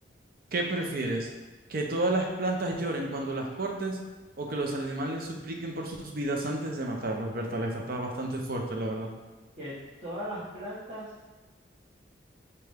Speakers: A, on the right; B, on the right.
A: ¿qué prefieres? ¿Que todas las plantas lloren cuando las cortes o que los animales supliquen por sus vidas antes de matarlos? Berta, esta está bastante fuerte, la verdad.
B: Que todas las plantas,